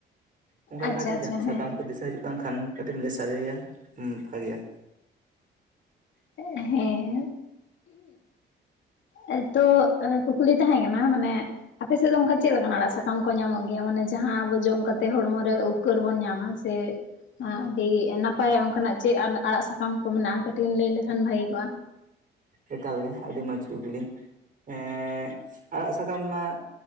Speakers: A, on the right; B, on the left.
A: ᱚᱝᱠᱟ
B: ᱟᱪᱪᱷᱟ
A: ᱞᱮᱠᱟ ᱡᱮ
B: ᱟᱪᱪᱷᱟ
A: ᱥᱟᱛᱟᱢ
B: ᱦᱮᱸ
A: ᱠᱚ ᱫᱤᱥᱟᱹ ᱦᱤᱡᱩᱜ ᱠᱟᱱ ᱠᱷᱟᱱ ᱠᱟᱹᱴᱤᱡ ᱮᱢ ᱞᱟᱹᱭ ᱥᱟᱰᱮᱭᱟ ᱦᱮᱸ ᱵᱷᱟᱜᱮᱜ-ᱟ
B: ᱦᱮᱸ ᱦᱳᱩ ᱛᱚ ᱮᱸ ᱠᱩᱠᱞᱤ ᱛᱟᱦᱮᱸ ᱠᱟᱱᱟ ᱢᱟᱱᱮ ᱟᱯᱮ ᱥᱮᱫ ᱫᱚ ᱚᱱᱠᱟ ᱪᱮᱫ ᱞᱮᱠᱟᱱᱟᱜ ᱟᱲᱟᱜ ᱥᱟᱠᱟ ᱥᱟᱠᱟᱢ ᱠᱚ ᱧᱟᱢᱚᱜ ᱜᱮᱭᱟ ᱢᱟᱱᱮ ᱡᱟᱦᱟᱸ ᱟᱵᱚ ᱡᱚᱢ ᱠᱟᱛᱮ ᱦᱚᱲᱢᱚ ᱨᱮ ᱩᱯᱠᱟᱹᱨ ᱵᱚᱱ ᱧᱟᱢᱟ ᱥᱮ ᱮᱸᱻ ᱟᱹᱰᱤ ᱱᱟᱯᱟᱭ ᱚᱝᱠᱟᱱᱟᱜ ᱪᱮᱫ ᱟᱲᱟᱜ ᱥᱟᱠᱟᱢ ᱠᱚ ᱢᱮᱱᱟᱜᱼᱟ ᱠᱟᱹᱴᱤᱡ ᱮᱢ ᱞᱟᱹᱭ ᱞᱮᱠᱷᱟᱱ ᱵᱷᱟᱜᱤ ᱠᱚᱜᱼᱟ
A: ᱮᱠᱟᱞ ᱜᱮ ᱟᱹᱰᱤ ᱢᱚᱸᱡᱽ ᱠᱩᱠᱞᱤ ᱮᱸᱻ ᱟᱲᱟᱜ ᱥᱟᱠᱟᱢ ᱢᱟ